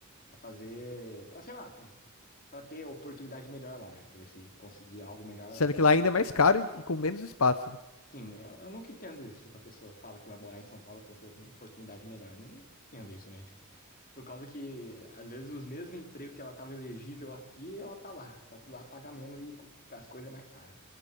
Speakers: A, on the left (about 45°); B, on the left (about 75°).
A: pra fazer, pra sei lá, pra, pra ter oportunidade melhor lá, né? Pra ver se conseguia algo melhor
B: Sendo
A: lá.
B: que lá ainda é mais caro e e com menos espaço. né?
A: Sim, eu, eu nunca entendo isso. Tipo, a pessoa fala que vai morar em São Paulo para ter uma oportunidade melhor. Não entendo isso, né? Tipo, por causa que, às vezes, os mesmos empregos que ela tava elegível aqui, ela tá lá. Só que lá paga menos e co- as coisas é mais caro.